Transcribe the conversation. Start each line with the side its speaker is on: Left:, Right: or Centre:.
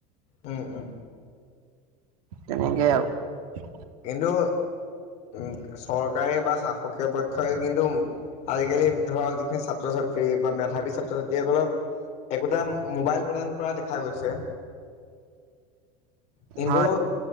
Left: উম উম
Right: তেনেকেই আৰু
Left: কিন্তু চৰকাৰে বা শাসকীয় পক্ষই কিন্তু আজিকালি ধৰক যিখিনি ছাত্ৰ ছাত্ৰী বা মেধাৱী ছাত্ৰ ছাত্ৰীসকলক একোটা মোবাইল প্ৰদান কৰা দেখা গৈছে। কিন্তু
Right: হয়